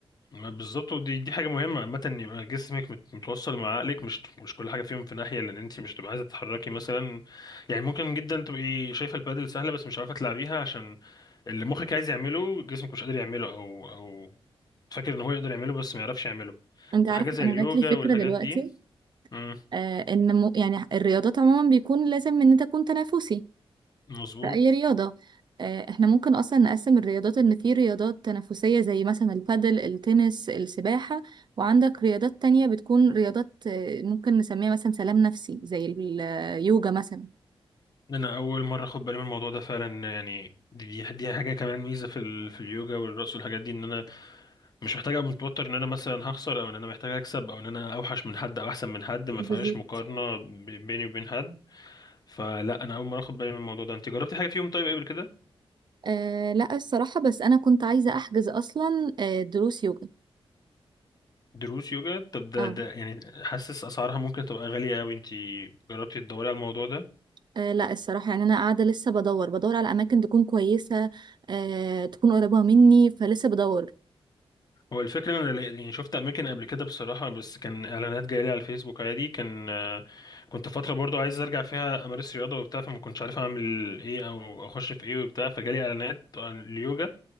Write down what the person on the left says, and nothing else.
ما بالظبط ودي دي حاجه مهمه عامه ان يبقى جسمك مت- متوصل مع عقلك مش مش كل حاجه فيهم في ناحيه لان انت مش تبقى عايزه تتحركي مثلا يعني ممكن جدا تبقي شايفه البادل سهله بس مش عارفه تلعبيها عشان اللي مخك عايز يعمله جسمك مش قادر يعمله او او فاكر ان هو يقدر يعمله بس ما يعرفش يعمله
فحاجه
زي
اليوجا
والحاجات
دي امم
مظبوط
انا اول مره اخد بالي من الموضوع ده فعلا يعني دي دي دي حاجه كمان ميزه في ال... في اليوجا والرقص والحاجات دي ان انا مش محتاج ابقى متوتر ان انا مثلا هخسر او ان انا محتاج اكسب او ان انا اوحش من حد او احسن من حد ما
فيهاش مقارنه ب- بيني وبين حد فلا انا اول مره اخد بالي من الموضوع ده انت جربتي حاجه فيهم طيب قبل كده
دروس يوجا طب ده
ده يعني حاسس اسعارها ممكن تبقى غاليه قوي انت جربتي تدوري على الموضوع ده
هو الفكره ان انا لقيت- يعني شفت اماكن قبل كده بصراحه بس كان اعلانات جايه لي على الفيسبوك عادي كان آه، كنت فتره برضو عايز ارجع فيها امارس رياضه وبتاع فما كنتش عارف اعمل ايه او اخش في ايه وبتاع فجالي اعلانات عن اليوجا